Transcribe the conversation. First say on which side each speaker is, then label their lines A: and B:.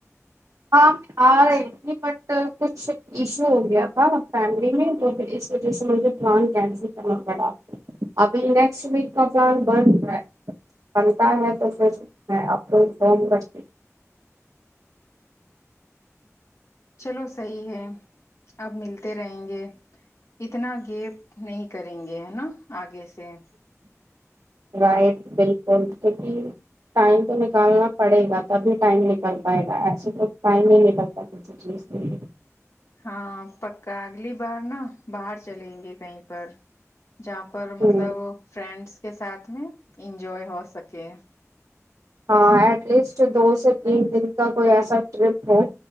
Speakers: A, on the right; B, on the left.
A: ہاں میں آ رہی تھی بٹ کچھ ایشو ہو گیا تھا فیملی میں تو تو جیسے مجھے پلان کینسل کرنا پڑا ابھی نیکسٹ ویک کا پلان بند رہا ہے بنتا ہے تو پھر میں آپ کو انفم کر
B: چلو صحیح ہے اب ملتے رہیں گے اتنا گیپ نہیں کریں گے ہے نا آگے سے <inaudible>
A: رائٹ بالکل کیونکہ ٹائم تو نکالنا پڑے گا تبھی ٹائم نکل پائے گا ایسے تو ٹائم نہیں ن للتا کسی چیز کے
B: ہاں پکا اگلی بار نا باہر چلیں گے کہیں پر جہاں پر مطلب
A: ہوں
B: فرینڈس کے ساتھ میں انجوائے ہو سکے
A: ہاں ایٹ لیسٹ دو سے تین دن کا کوئی ایسا ٹرپ ہو